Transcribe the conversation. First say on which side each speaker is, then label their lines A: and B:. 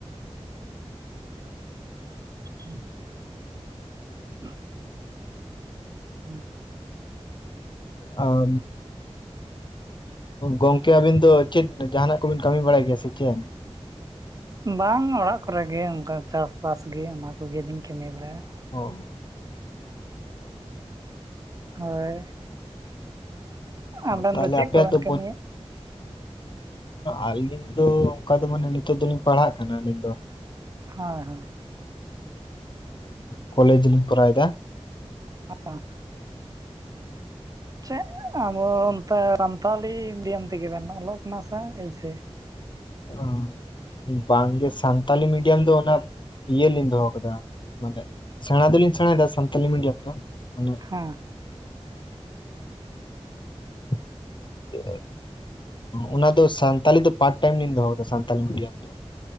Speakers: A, on the right (about 35°); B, on the left (about 45°).
A: ᱦᱮ <inaudible> <inaudible> ᱦᱩᱸ <inaudible>
B: ᱟᱢ ᱜᱚᱝᱠᱮ ᱟᱵᱤᱱ ᱫᱚ ᱪᱮᱫ ᱡᱟᱦᱱᱟᱜ ᱠᱚᱵᱤᱱ ᱠᱟᱹᱢᱤ ᱵᱟᱲᱟᱭ ᱜᱮᱭᱟ ᱥᱮ ᱪᱮᱫ?
A: ᱵᱟᱝ ᱚᱲᱟᱜ ᱠᱚᱨᱮᱜᱮ ᱚᱱᱠᱟ ᱪᱟᱥ ᱵᱟᱥᱜᱮ ᱚᱱᱟᱠᱜᱮ ᱞᱤᱧ ᱠᱟᱹᱢᱤ ᱵᱟᱲᱟᱭᱟ᱾
B: ᱜ <unintelligible>
A: ᱦᱳᱭ ᱟᱵᱮᱱ
B: ᱛᱟᱦᱚᱞᱮ
A: ᱫᱚ ᱪᱮᱫ
B: ᱟᱯᱮ
A: ᱠᱚᱵᱮᱱ
B: ᱫᱚ
A: ᱠᱟᱹᱢᱤᱭᱟ
B: ᱵ ᱟᱹᱞᱤᱧ ᱫᱚ ᱚᱱᱠᱟ ᱫᱚ ᱢᱟᱱᱮ ᱱᱤᱛᱚᱜ ᱫᱚᱞᱤᱧ ᱯᱟᱲᱦᱟᱜ ᱠᱟᱱᱟ ᱟᱹᱞᱤᱧ ᱫᱚ
A: ᱦᱳᱭ ᱦᱳᱭ᱾
B: ᱠᱚᱞᱮᱡᱽᱞᱤᱧ ᱠᱚᱨᱟᱣ ᱮᱫᱟ᱾
A: ᱦ <inaudible> ᱪᱮᱫ ᱟᱵᱚ ᱚᱱᱛᱮ ᱥᱟᱱᱛᱟᱲᱤ ᱢᱤᱰᱤᱭᱟᱢ ᱛᱮᱜᱮ ᱵᱮᱱ ᱚᱞᱚᱜ ᱠᱟᱱᱟ ᱥᱮ ᱮᱭ ᱥᱮ?
B: ᱚ <unintelligible> ᱵᱟᱝᱜᱮ ᱥᱟᱱᱛᱟᱞᱤ ᱢᱤᱰᱤᱭᱟᱢ ᱫᱚ ᱚᱱᱟ ᱤᱭᱟᱹ ᱞᱤᱧ ᱫᱚᱦᱚ ᱟᱠᱟᱫᱟ ᱢᱟᱱᱮ ᱥᱮᱬᱟ ᱫᱚᱞᱤᱧ ᱥᱮᱬᱟᱭᱮᱫᱟ ᱥᱟᱱᱛᱟᱞᱤ ᱢᱤᱰᱤᱭᱟᱢ ᱛᱮᱦᱚᱸ ᱢᱟᱱᱮ
A: ᱦᱮᱸ
B: <unintelligible> ᱚᱱᱟ ᱫᱚ ᱥᱟᱱᱛᱟᱞᱤ ᱫᱚ ᱯᱟᱴ ᱴᱟᱭᱤᱢ ᱞᱤᱧ ᱫᱚᱦᱚ ᱠᱟᱫᱟ ᱥᱟᱱᱛᱟᱞᱤ ᱢᱤᱰᱤᱭᱟᱢ᱾ ᱫᱚ